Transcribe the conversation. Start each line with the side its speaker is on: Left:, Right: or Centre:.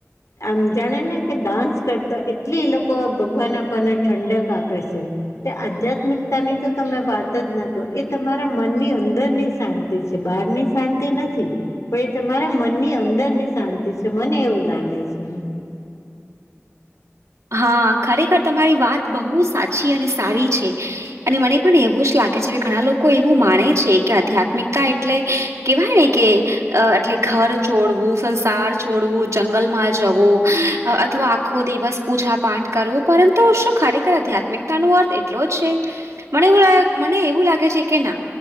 Left: આમ જાણે ને કે ડાન્સ કરતા એટલી એ લોકો ભગવાન ને ઠંડક આપે છે તે આધ્યાત્મિકતા ની તો તમે વાત જ ના કરો એ તમારા મનની અંદરની શાંતિ છે બહાર ની શાંતિ નથી પણ એ તમારા મનની અંદર ની શાંતિ છે મને એવું લાગે છે.
Right: હા ખરેખર તમારી વાત બહુ સાચી અને સારી છે. અને મને પણ એવું જ લાગે છે કે ઘણા લોકો એવું માને છે કે આધ્યાત્મિકતા એટલે કેવાય ને કે એટલે ઘર છોડવું સંસાર છોડવું જંગલમાં જવું અથવા આખો દિવસ. પૂજા પાઠ કરવું પરંતુ શું ખરેખર આધ્યાત્મિકતાનો અર્થ એટલો જ છે. મને એવું મને એવું લાગે છે કે ના